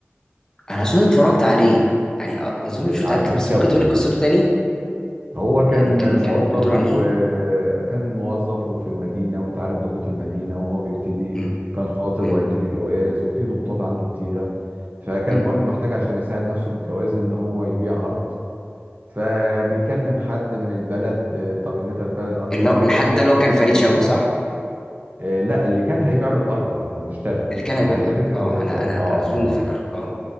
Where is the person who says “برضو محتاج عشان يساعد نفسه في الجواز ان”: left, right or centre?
Right